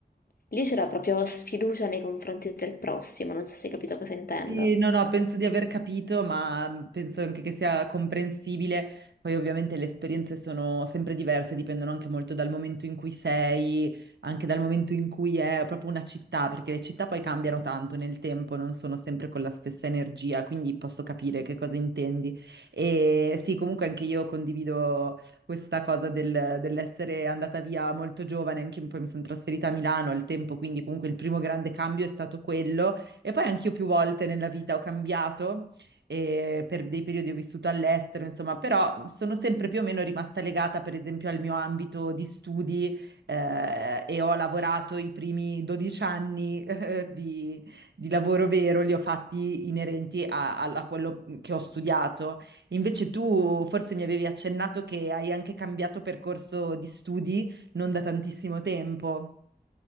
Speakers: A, on the left; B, on the right.
A: lì c'era proprio sfiducia nei confronti del prossimo, non so se hai capito cosa intendo.
B: Sì, no, no, penso di aver capito, ma penso anche che sia comprensibile. Poi ovviamente le esperienze sono sempre diverse, dipendono anche molto dal momento in cui sei, anche dal momento in cui è proprio una città, perché le città poi cambiano tanto nel tempo, non sono sempre con la stessa energia, quindi posso capire che cosa intendi. E sì, comunque anche io condivido questa cosa del- dell'essere andata via molto giovane, anche poi mi sono trasferita a Milano al tempo, quindi comunque il primo grande cambio è stato quello. E poi anch'io più volte nella vita ho cambiato, e per dei periodi ho vissuto all'estero, insomma, però sono sempre più o meno rimasta legata, per esempio, al mio ambito di studi, eh, e ho lavorato i primi 12 anni, eh, di, di lavoro vero, li ho fatti inerenti a, a- a quello che ho studiato. Invece tu forse mi avevi accennato che hai anche cambiato percorso di studi non da tantissimo tempo.